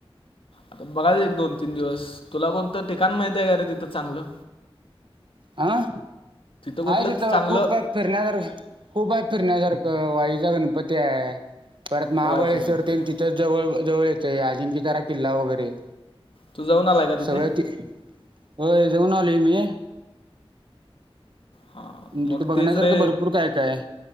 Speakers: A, on the left; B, on the right.
A: आता बघायचं एक दोन तीन दिवस तुला कोणतं ठिकाण माहती आहे का रे तिथं चांगलं
B: हह
A: कुठलंच
B: आहेत तिथं
A: चांगलं
B: खूप फिरण्यासारखे खूप आहेत फिरण्यासारखं वाईचा गणपती आहे परत महाबळेश्वर
A: व्हायचं गणपती
B: ते आणि तिथंच जवळ जवळ येते अजिंक्यतारा किल्ला वगैरे
A: तू जाऊन आलाय का तिथे
B: सगळं ती होय जाऊन आली मी
A: हा मग
B: तिथे बघण्यासारखं
A: तेच रे
B: भरपूर काय काय